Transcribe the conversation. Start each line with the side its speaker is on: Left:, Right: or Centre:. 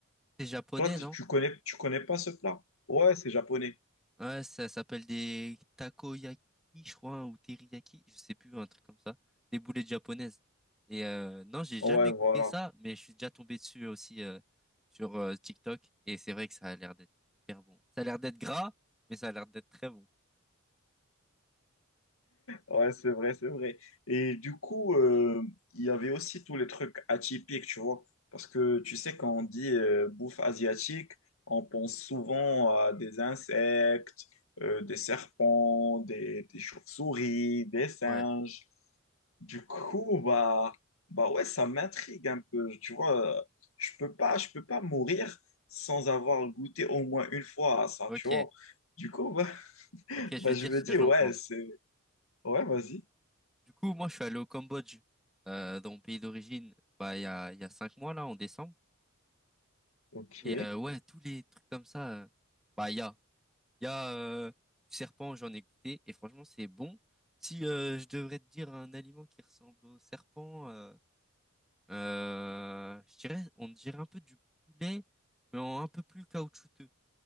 Centre: T'es japonais,
Left: Toi, tu
Centre: non?
Left: tu connais, tu connais pas ce plat? Ouais, c'est japonais.
Centre: Ouais, ça s'appelle des takoyaki, je crois, hein, ou teriyaki, je sais plus, un truc comme ça. Des boulettes japonaises. Et euh, non, j'ai
Left: Ouais,
Centre: jamais
Left: voilà.
Centre: goûté ça, mais je suis déjà tombé dessus aussi euh, sur euh, TikTok. Et c'est vrai que ça a l'air d'être hyper bon. Ça a l'air d'être gras, mais ça a l'air d'être très bon.
Left: Ouais, c'est vrai, c'est vrai. Et du coup, euh, il y avait aussi tous les trucs atypiques, tu vois. Parce que tu sais, quand on dit euh, bouffe asiatique, on pense souvent à des insectes, euh, des serpents, des, des chauves-souris, des singes.
Centre: Ouais,
Left: Du coup, bah, bah ouais, ça m'intrigue un peu. Tu vois, euh, je peux pas, je peux pas mourir sans avoir goûté au moins une fois à ça,
Centre: ok,
Left: tu vois. Du coup, bah, <laughs>
Centre: ok, je
Left: bah,
Centre: vais
Left: je
Centre: dire
Left: me
Centre: ce
Left: dis,
Centre: que j'en
Left: ouais,
Centre: pense.
Left: c'est... Ouais, vas-y.
Centre: Du coup, moi, je suis allé au Cambodge, euh, dans mon pays d'origine, bah, il y a, il y a cinq mois, là, en décembre.
Left: Ok,
Centre: Et euh, ouais, tous les trucs comme ça, euh, bah, il y a. Il y a euh, du serpent, j'en ai goûté et franchement, c'est bon. Si euh, je devrais te dire un aliment qui ressemble au serpent, euh, euh, je dirais, on dirait un peu du poulet, mais en un peu plus caoutchouteux. Tu